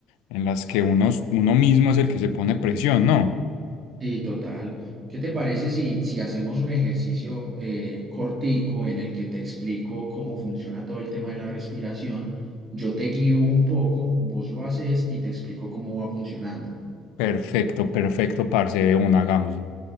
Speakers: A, on the left; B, on the right.
A: en las que uno, uno mismo es el que se pone presión, ¿no?
B: Sí, total. ¿Qué te parece si, si hacemos un ejercicio eh, cortico en el que te explico cómo funciona todo el tema de la respiración? Yo te guío un poco, vos lo haces y te explico cómo va funcionando.
A: Perfecto, perfecto, parce, de una, hagámoslo.